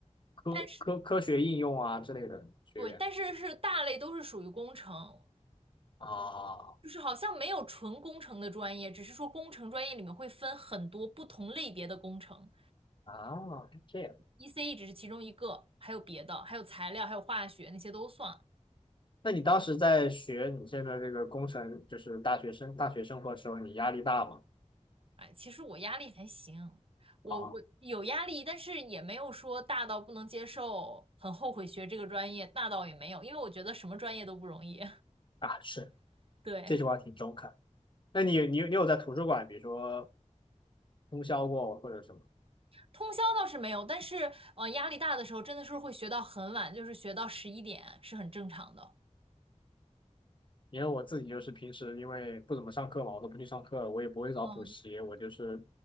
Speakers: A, on the left; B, on the right.
A: 科科科学应用啊之类的学院
B: 但是对，但是是大类都是属于工程，
A: 啊
B: 就是好像没有纯工程的专业，只是说工程专业里面会分很多不同类别的工程
A: 啊，这样。
B: ，ECE 只是其中一个，还有别的，还有材料，还有化学那些都算。
A: 那你当时在学你现在这个工程，就是大学生大学生活的时候，你压力大吗？
B: 哎，其实我压力还行，我我有压力，
A: 啊
B: 但是也没有说大到不能接受，很后悔学这个专业，那倒也没有，因为我觉得什么专业都不容易，
A: 啊，是，
B: <laughs> 对。
A: 这句话挺中肯。那你你你有在图书馆，比如说通宵过或者什么？
B: 通宵倒是没有，但是呃，压力大的时候真的是会学到很晚，就是学到十一点是很正常的。
A: 因为我自己就是平时因为不怎么上课嘛，我都不去上课，我也不会找补习，
B: 嗯，
A: 我就是